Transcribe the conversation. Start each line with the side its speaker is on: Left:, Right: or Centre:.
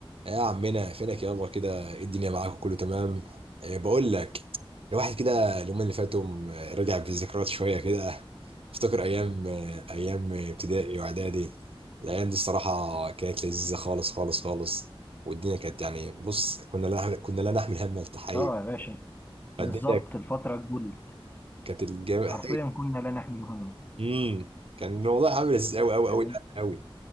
Right: يا عمنا فينك يابا كده إيه الدنيا معاك وكله تمام إيه بقول لك الواحد كده اليومين اللي فاتوا م- رجع بالذكريات شويه كده افتكر ايام آه، ايام ابتدائي واعدادي الايام دي الصراحه كانت لذيذه خالص خالص خالص والدنيا كانت يعني بص كنا لا نحمل كنا لا نحمل هم التحقيق
Left: اه يا باشا
Right: فالدنيا
Left: بالظبط الفترة الجولد
Right: كانت الجامعة
Left: حرفيا كنا لا نحمل هما
Right: امم كان الموضوع عامل ازاي قوي قوي
Left: فاهم
Right: قوي قوي